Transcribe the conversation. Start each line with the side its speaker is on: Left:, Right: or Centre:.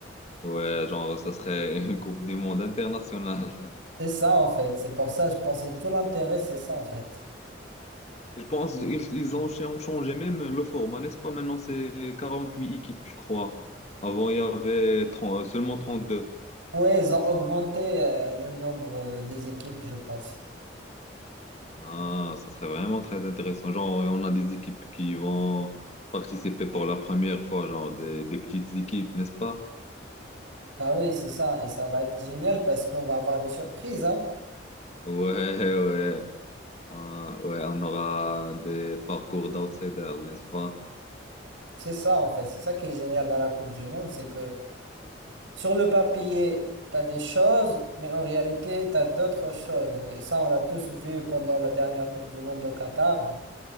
Left: Ouais, genre, ça serait une Coupe du Monde internationale.
Right: C'est ça, en fait. C'est pour ça, je pensais tout l'intérêt, c'est ça, en fait.
Left: Je pense qu'ils ils ont ch- ont changé même le format, n'est-ce pas? Maintenant, c'est 48 équipes, je crois. Avant, il y avait 30 seulement deux
Right: Ouais, ils ont augmenté euh, le nombre euh, des équipes, je pense.
Left: Ah, ça serait vraiment très intéressant. Genre, euh, on a des équipes qui vont participer pour la première fois, genre des, des petites équipes, n'est-ce pas?
Right: Bah oui, c'est ça. Et ça va être génial parce qu'on va avoir des surprises, hein.
Left: Ouais, <laughs> ouais. Ah, ouais, on aura des parcours d'outsiders, n'est-ce pas?
Right: C'est ça, en fait. C'est ça qui est génial dans la Coupe du Monde, c'est que sur le papier, t'as des choses, mais en réalité, t'as d'autres choses. Et ça, on l'a tous vu pendant la dernière Coupe du Monde au Qatar,